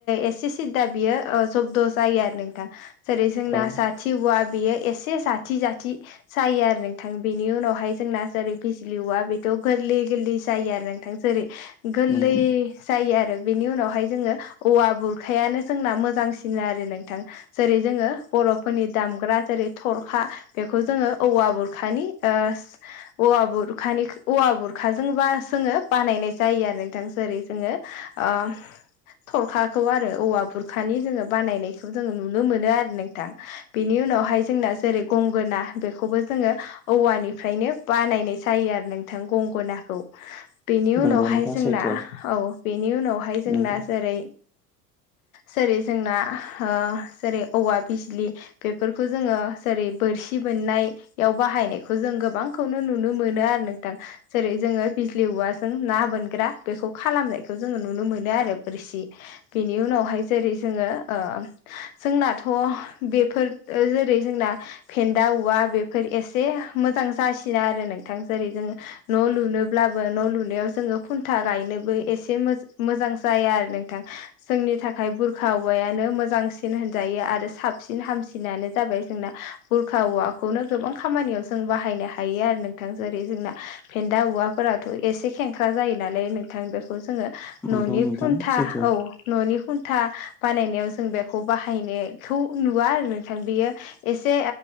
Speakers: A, on the left (about 55°); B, in the centre.
A: एसे सिद्दा बियो ओ जब्द' जायो आरो नोंथां। जेरै जोंना
B: औ
A: जाथि औवा बेयो एसे जाथि जाथि जायो आरो नोंथां बेनि उनावहाय जोंना जेरै बिजलि औवा बेथ' गोरलै गोरलै जायो आरो नोंथां। जेरै गोरलै
B: नंगौ
A: जायो आरो बेनि उनावहाय जोङो औवा बुरखायानो जोंना मोजांसिन आरो नोंथां। जेरै जोङो बर'फोरनि दामग्रा जेरै थरखा बेखौ जोङो औवा बुरखानि ओ औवा बुरखानि औवा बुरखाजों बा जोङो बानायनाय जायो आरो नोंथां जेरै जोङो ओ थरखाखौ आरो औवा बुरखानि जोङो बानायनायखौ जोङो नुनो मोनो आरो नोंथां। बेनि उनावहाय जोंना जेरै गंगोना बेखौबो जोङो औवानिफ्रायनो बानायनाय जायो आरो नोंथां गंगनाखौ। बेनि उनावहाय
B: नंगौ नोंथां
A: जोंना
B: सैथो
A: औ बेनि उनावहाय जोंना
B: नंगौ।
A: जेरै जेरै जोंना ओ जेरै औवा बिजलि बेफोरखौ जोङो जेरै बोरसि बोननाय बेयाव बाहायनायखौ जों गोबांखौनो नुनो मोनो आरो नोंथां जेरै जोङो बिजलि औवा जों ना बोनग्रा बेखौ खालामनायखौ जोङो नुनो मोनो आरो बोरसि बेनि उनावहाय जेरै जोङो ओ जोंनाथ' बेफोर जेरै जोंना फेन्दा औवा बेफोर एसे मोजां जासिनो आरो नोंथां जेरै जों न' लुनोब्लाबो न' लुनो बेयाव जोङो खुन्था गायनोबो एसे मो मोजां जाया आरो नोंथां जोंनि थाखाय बुरखा औवायानो मोजांसिन होनजायो आरो साबसिन हामसिनानो जाबाय जोंना बुरखा औवाखौनो गोबां खामानियाव जों बाहायनो हायो आरो नोंथां जेरै जोंना फेन्दा औवाफोराथ' एसे खेंख्रा जायो नालाय नोंथां बेखौ जोङो
B: नंगौ
A: न'नि
B: नोंथां
A: खुन्था
B: सैथो।
A: औ न'नि खुन्था बानायनायाव जों बेखौ बाहायनायखौ नुवा आरो नोंथां बेयो एसे